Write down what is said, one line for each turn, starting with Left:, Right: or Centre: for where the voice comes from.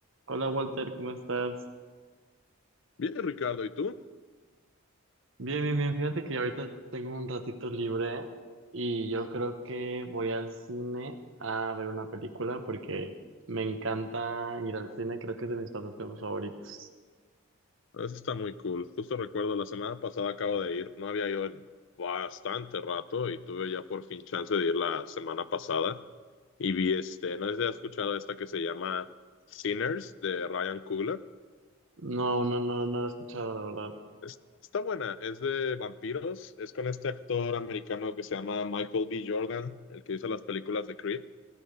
Right: Hola Walter, ¿cómo estás?
Left: Bien, Ricardo, ¿y tú?
Right: Bien, bien, bien. Fíjate que ahorita tengo un ratito libre y yo creo que voy al cine a ver una película porque me encanta ir al cine, creo que es de mis pasatiempos favoritos.
Left: Eso está muy cool. Justo recuerdo, la semana pasada acabo de ir, no había ido en bastante rato y tuve ya por fin chance de ir la semana pasada y vi este, no sé si has escuchado esta que se llama Sinners de Ryan Coogler.
Right: No, no, no, no lo he escuchado, la verdad.
Left: Es- está buena, es de vampiros, es con este actor americano que se llama Michael B. Jordan, el que hizo las películas de Creed.